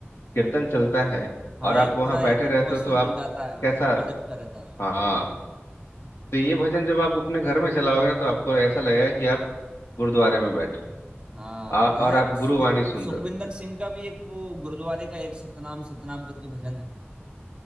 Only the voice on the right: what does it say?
हाँ
एक
पूरा
एक एटमोसफेयर
बन जाता है
वो गजब का रहता है वो।
हाँ
जैसे
सु,
सुखविंदर
सिंह का भी एक वो गुरुद्वारे का एक सतनाम सतनाम करके भजन है